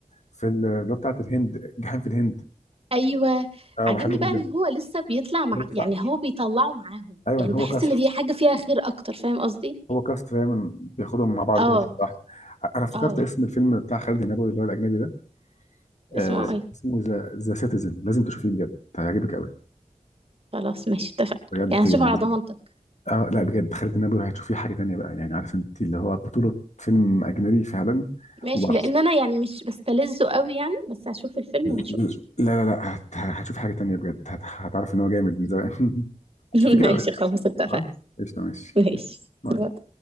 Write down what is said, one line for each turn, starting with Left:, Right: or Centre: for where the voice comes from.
Left: في ال- اللي هو بتاعت الهند جحيم في الهند
Right: ايوه
Left: اه
Right: عاجبني
Left: بحبه جدا
Right: بقى ان هو لسه بيطلع مع
Left: بيطلع
Right: يعني هو بيطلعه معاهم
Left: ايوه
Right: يعني
Left: هو
Right: بحس
Left: كاست
Right: ان دي حاجه فيها خير اكتر فاهم قصدي
Left: هو كاست دايما بياخدهم مع بعض
Right: اه
Left: كده في واحد انا افتكرت
Right: اه
Left: اسم الفيلم بتاع خالد النبوي اللي هو الاجنبي ده آه
Right: اسمه ايه
Left: اسمه ذا ذا سيتيزن لازم تشوفيه بجد هيعجبك قوي
Right: خلاص ماشي اتفقنا
Left: بجد
Right: يعني هشوف
Left: يعني
Right: على ضمانتك
Left: اه لا بجد خالد النبوي هتشوفيه حاجه تانيه بقى يعني عارف انت اللي هو بطوله فيلم اجنبي فعلا
Right: ماشي
Left: وبع-
Right: لان انا يعني مش بستلذه قوي يعني بس هشوف الفيلم
Left: لا
Right: ونشوف
Left: لا لا هت... هتشوف حاجة تانية بجد هت... هتعرف ان هو جامد من زمان <laughs>
Right: <laughs>
Left: شوفي كده
Right: ماشي
Left: وقولي. لي
Right: خلاص
Left: رأيك.
Right: اتفقنا
Left: خلاص قشطة ماشي
Right: ماشي
Left: يلا. باي
Right: باي.